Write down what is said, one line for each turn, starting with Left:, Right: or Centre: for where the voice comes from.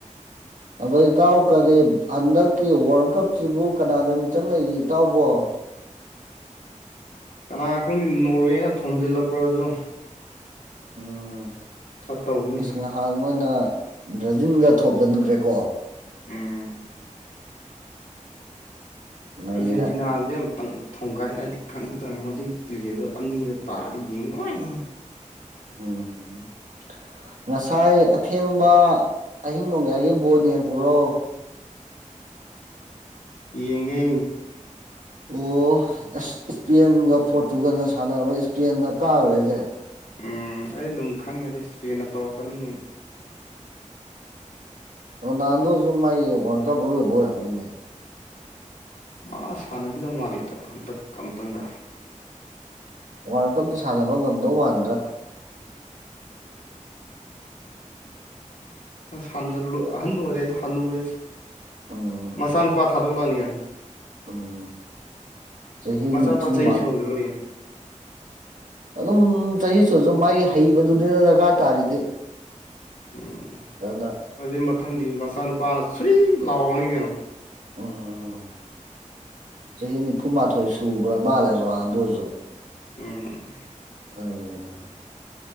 Right: ꯑꯗꯣ ꯏꯇꯥꯎ ꯀꯔꯤ ꯍꯟꯗꯛꯀꯤ ꯋꯥꯔꯜ ꯀꯞꯁꯤꯕꯨ ꯀꯅꯥꯗ ꯃꯤꯆꯪ ꯂꯩꯒꯦ ꯏꯇꯥꯎꯕꯣ
Left: ꯀꯅꯥ ꯈꯪꯅꯤ ꯅꯣꯔꯋꯦꯅ ꯊꯣꯝꯖꯤꯜꯂꯛꯄꯔꯖꯨ
Right: ꯎꯝ
Left: ꯇꯧꯒꯤꯅꯤꯍꯦ
Right: ꯑꯁ ꯅꯍꯥꯟ ꯃꯣꯏꯅ ꯕ꯭ꯔꯥꯖꯤꯜꯒ ꯊꯣꯝꯖꯤꯟꯈ꯭ꯔꯦꯀꯣ
Left: ꯎꯝ
Right: ꯅꯩꯔꯦ
Left: ꯑꯥꯔꯖꯦꯟꯇꯤꯅꯥꯁꯦ ꯌꯥꯝꯇꯪ ꯊꯣꯡꯒꯥꯏꯅꯗꯤ ꯈꯪꯗ꯭ꯔ ꯃꯗꯨꯏ ꯄꯤꯒꯦꯗꯣ ꯑꯅꯤꯗ ꯇꯥꯔꯤ ꯌꯦꯡ ꯃꯥꯏꯅꯤ
Right: ꯎꯝ ꯉꯁꯥꯏ ꯑꯊꯦꯡꯕ ꯑꯍꯤꯡ ꯅꯣꯡꯌꯥꯏꯒꯤ ꯕꯣꯅꯦꯡꯉꯨꯔꯣ
Left: ꯌꯦꯡꯉꯦ
Right: ꯑꯣ ꯑꯁ ꯏꯁꯄꯦꯟꯒ ꯄꯣꯔꯇꯨꯒꯥꯟꯒ ꯁꯥꯟꯅꯕ ꯏꯁꯄꯦꯟꯅ ꯀꯥꯔꯨꯔꯦꯗꯤ
Left: ꯎꯝ ꯑꯩ ꯑꯗꯨꯝ ꯈꯪꯉꯦꯗ ꯏꯁꯄꯦꯟꯅ ꯇꯧꯔꯛꯀꯅꯤ
Right: ꯑꯣ ꯅꯍꯥꯟꯗꯣꯁꯨ ꯃꯒꯤ ꯋꯥꯔꯜ ꯀꯞ ꯑꯔꯣꯏꯕ ꯑꯣꯏꯔꯝꯅꯤꯅꯦ
Left: ꯃꯥ ꯁꯥꯟꯅꯈꯤꯗꯕ ꯃꯥꯜꯂꯤꯗꯣ ꯍꯟꯇꯛ ꯑꯝꯇꯪꯒ
Right: ꯋꯥꯔꯜ ꯀꯞꯇ ꯁꯥꯟꯅꯕ ꯉꯝꯗꯧ ꯃꯥꯟꯗ꯭ꯔꯥ
Left: ꯑ ꯍ ꯍꯅ ꯑꯣꯏꯔꯤꯗ ꯍꯅ ꯑꯣꯏꯔꯤ
Right: ꯎꯝ
Left: ꯃꯆꯥ ꯅꯨꯄꯥ ꯊꯥꯗꯣꯛꯂꯛꯑꯅꯤ ꯍꯥꯢꯃꯦ
Right: ꯎꯝ ꯆꯍꯤ
Left: ꯃꯆꯥꯅꯨꯄꯥ
Right: ꯅꯤꯐꯨ
Left: ꯆꯍꯤ
Right: ꯃꯠ
Left: ꯁꯨꯍꯟꯈ꯭ꯔꯣꯏꯌꯦ
Right: ꯑꯗꯨꯝ ꯆꯍꯤ ꯁꯨꯔꯁꯨ ꯃꯥꯏ ꯍꯩꯕꯗꯨꯅꯤꯅ ꯗꯔꯀꯥꯔ ꯇꯥꯔꯤꯗꯤ
Left: ꯎꯝ
Right: ꯑꯗꯨꯅ
Left: ꯑꯗꯨꯏ ꯃꯊꯪꯗꯤ ꯃꯆꯥꯅꯨꯄꯥꯅ ꯁꯨꯏ ꯂꯥꯎꯔꯅꯤ ꯀꯩꯅꯣ
Right: ꯎꯝ ꯆꯍꯤ ꯅꯤꯐꯨꯃꯥꯊꯣꯏ ꯁꯨꯈ꯭ꯔ ꯃꯥꯜꯂꯦ ꯔꯣꯅꯟꯗꯨꯁꯨ
Left: ꯎꯝ
Right: ꯑꯅ